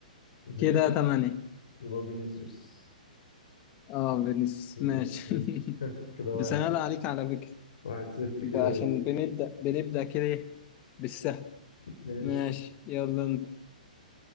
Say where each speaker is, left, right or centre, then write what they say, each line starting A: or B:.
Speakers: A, on the left (about 60°); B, on the left (about 30°).
A: فينيسيوس
B: كده تمانيه
A: يبقى فينيسيوس
B: اه فينيسيوس
A: فينيسيوس
B: ماشي <laughs>
A: <laughs> كده واحد
B: بس انا لا عليك على فكره
A: واحد صفر
B: بقى
A: كده ليه
B: عشان بنبدا بنبدا كده إيه؟ بالسهل
A: ماشي
B: ماشي يلا انت